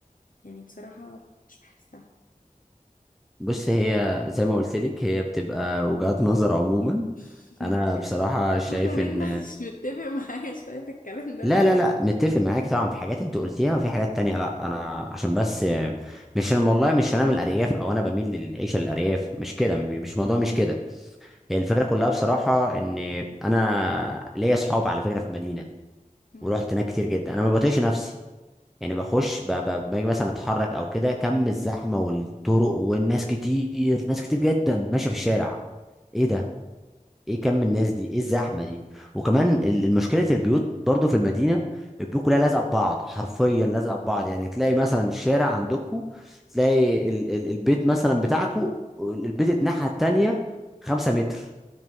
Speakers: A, on the left (about 70°); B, in the centre.
A: يعني بصراحة مش بحسها
B: بص هي زي ما قلت لك هي بتبقى وجهات نظر عموما
A: <laughs>
B: انا بصراحه شايف
A: حاسة ان
B: ان
A: انت مش متفق معايا شوية في الكلام ده
B: لا
A: بس
B: لا لا متفق معاك طبعا في حاجات انت قلتيها وفي حاجات تانية لا انا عشان بس مش انا والله مش انا من الارياف او انا بميل للعيشه للارياف مش كده مش موضوع مش كده هي الفكره كلها بصراحه ان انا ليا اصحاب على فكره في المدينه
A: مم.
B: ورحت هناك كتير جدا انا ما بطيقش نفسي يعني بخش ب- ب- باجي مثلا اتحرك او كده كم الزحمه والطرق والناس كتير ناس كتير جدا ماشيه في الشارع ايه ده ايه كم الناس دي ايه الزحمه دي وكمان مشكله البيوت برضو في المدينه البيوت كلها لازقه ببعض حرفيا لازقه ببعض يعني تلاقي مثلا الشارع عندكم تلاقي ال ال البيت مثلا بتاعكم البيت الناحيه التانيه خمسة متر